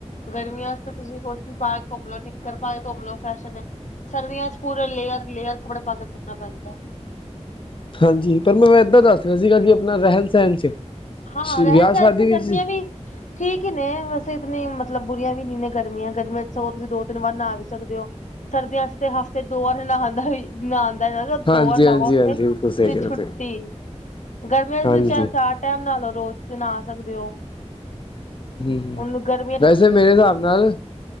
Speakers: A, on the left; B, on the left.
A: ਗਰਮੀਆਂ ਚ ਤਾਂ ਤੁਸੀਂ ਕੋਟੀ ਪਾ ਕੇ ਘੁੰਮ ਲੋ ਘਰ ਪਾ ਕੇ ਘੁੰਮੋ ਲੋ ਫੈਸ਼ਨ ਹੈ, ਸਰਦੀਆਂ ਚ ਪੂਰੇ ਲੇਅਰ, ਲੇਅਰ ਕੱਪੜੇ ਪਾ ਕੇ ਫਿਰਨਾ ਪੈਂਦਾ।
B: ਹਾਂਜੀ ਪਰ ਮੈਂ ਏਦਾਂ ਦੱਸ ਰਿਹਾ ਸੀਗਾ ਕਿ ਆਪਣਾ ਰਹਿਣ ਸਹਿਣ ਚ
A: ਹਾਂ ਰਹਿਣ
B: ਵਿਆਹ
A: ਸਹਿਣ
B: ਸ਼ਾਦੀ
A: ਚ
B: ਵਿੱਚ
A: ਗਰਮੀਆਂ ਵੀ ਠੀਕ ਹੀ ਨੇ ਵੈਸੇ ਇਤਨੀ ਮਤਲਬ ਬੁਰੀਆਂ ਵੀ ਨੀ ਨੇ ਗਰਮੀਆਂ, ਗਰਮੀਆਂ ਸਗੋਂ ਤੁਸੀਂ ਦੋ ਤਿੰਨ ਵਾਰ ਨਹਾ ਵੀ ਸਕਦੇ ਹੋ। ਸਰਦੀਆਂ ਚ ਤੇ ਹਫ਼ਤੇ ਦੋ ਵਾਰ ਨਹਾਨ ਦਾ ਵੀ ਨਹਾਂਨ ਦਾ ਜਾਦਾ ਦੋ
B: ਹਾਂਜੀ
A: ਵਾਰ ਨਾਵੋ
B: ਹਾਂਜੀ ਹਾਂਜੀ
A: ਫੇਰ,
B: ਬਿਲਕੁਲ ਸਹੀ ਕਹਿ ਰਹੇ
A: ਛੁੱਟੀ
B: ਤੁਸੀਂ
A: ਗਰਮੀਆਂ ਵਿੱਚ
B: ਹਾਂਜੀ
A: ਤੇ ਚਾਹੇ ਚਾਰ ਟਾਈਮ ਨਾਲੋਂ ਰੋਜ਼ ਜੇ ਨਹਾ ਸਕਦੇ ਹੋ।
B: ਹੂੰ - ਹੂੰ
A: ਹੁਣ ਗਰਮੀਆਂ ਚ
B: ਵੈਸੇ ਮੇਰੇ ਹਿਸਾਬ ਨਾਲ